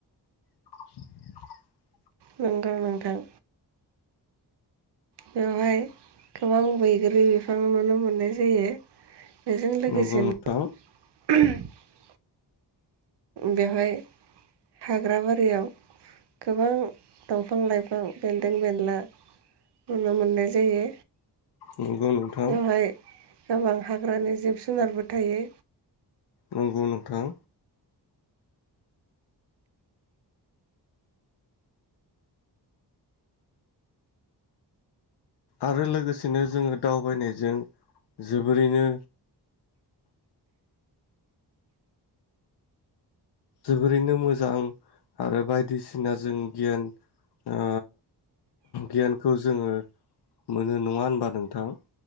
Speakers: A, on the left (about 70°); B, on the right (about 80°).
A: <inaudible>
B: नंगौ नोंथां। बेवहाय गोबां बैग्रि आं नुनो मोननाय जायो। बेजों लोगोसेनो
A: नंगौ नोंथां।
B: <unintelligible> बेवहाय हा ग्राबारियाव गोबां। दंफां लाइफां बेन्दों बेनला नुनो मोननाय। जायो
A: नंगौ नोंथां
B: बेवहाय। गोबां हाग्रानि जिब जुनारबो थायो।
A: नंगौ नोंथां। आरो लोगोसेनो जोङो दावबायनायजों जोबोरैनो। जोबोरैनो मोजां आरो बायदिसिना जों गियान ओ गियानखौ जोङो मोनो नङा होनबा नोंथां?